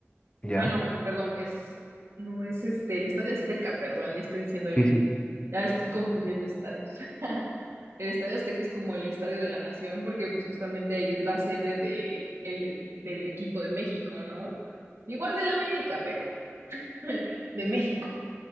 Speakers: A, on the left; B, on the right.
A: ¿Ya?
B: Ah, no, eh, perdón, es, no, es este, el Estadio Azteca, perdón, ya estoy diciendo el,
A: Sí, sí.
B: ya estoy confundiendo estadios. <laughs> El Estadio Azteca es como el Estadio de la Nación, porque pues justamente ahí es la sede de, el, el- del equipo de México, ¿no? Igual del América, pero <laughs> de México.